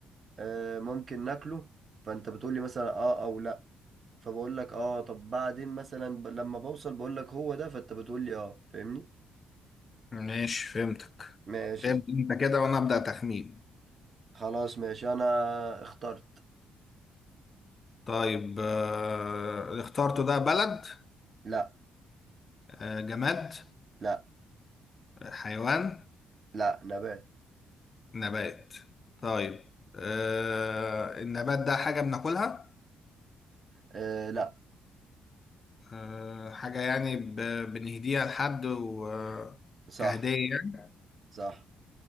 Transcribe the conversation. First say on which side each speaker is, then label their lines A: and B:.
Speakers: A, on the right; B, on the left.
A: آه، ممكن ناكله فأنت بتقول لي مثلا آه أو لأ فبقول لك آه طب بعدين مثلا ب- لما بوصل بقول لك هو ده فأنت بتقول لي آه فاهمني؟
B: ماشي فهمتك
A: ماشي
B: ابدأ
A: صح
B: انت كده وانا ابدأ تخمين
A: خلاص ماشي أنا اخترت
B: طيب آه... اللي اخترته ده بلد
A: لأ
B: آه... جماد
A: لأ
B: حيوان
A: لأ نبات
B: نبات طيب آه... النبات ده حاجة بناكلها
A: آه لأ
B: آه... حاجة يعني ب... بنهديها لحد و...
A: صح
B: كهدية يعني
A: صح